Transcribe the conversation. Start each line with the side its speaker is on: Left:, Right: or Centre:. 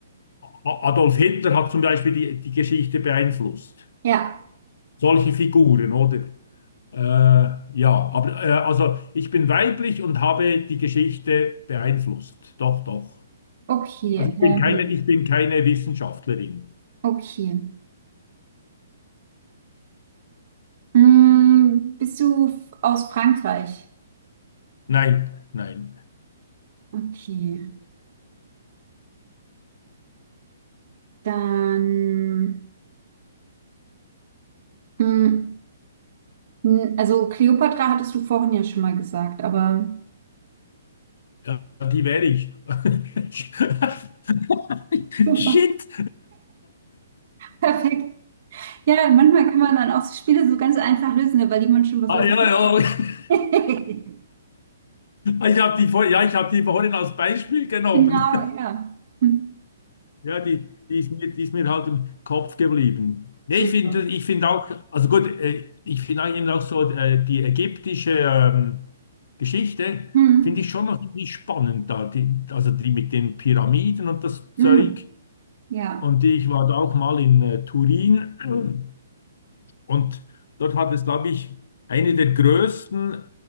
Left: Adolf Hitler hat zum Beispiel die, die Geschichte beeinflusst.
Right: Ja,
Left: Solche Figuren, oder? Äh, ja, aber äh, also ich bin weiblich und habe die Geschichte beeinflusst. Doch, doch.
Right: okay.
Left: Also ich bin
Right: Ähm,
Left: keine, ich bin keine Wissenschaftlerin.
Right: okay. Mm, bist du f- aus Frankreich?
Left: Nein, nein.
Right: Okay. Dann, mm, n- also Kleopatra hattest du vorhin ja schon mal gesagt, aber...
Left: Ja, die wäre ich. <laughs>
Right: <laughs>
Left: Shit.
Right: Perfekt. Ja, manchmal kann man dann auch so Spiele so ganz einfach lösen, ne, weil die man schon was
Left: Ah,
Right: hat.
Left: ja, ja.
Right: <laughs>
Left: Ich habe die, vor- ja, ich hab die vorhin als Beispiel genommen.
Right: Genau, ja. Hm.
Left: Ja, die, die ist mir, die ist mir halt im Kopf geblieben. Nee,
Right: Super.
Left: ich finde, ich finde auch, also gut, äh, ich finde eben auch so äh, die ägyptische ähm, Geschichte,
Right: Hm.
Left: finde ich schon noch irgendwie spannend da, die, also die mit den Pyramiden und das Zeug.
Right: Hm. Ja.
Left: Und ich war da auch mal in äh, Turin und dort hat es, glaube ich, eine der größten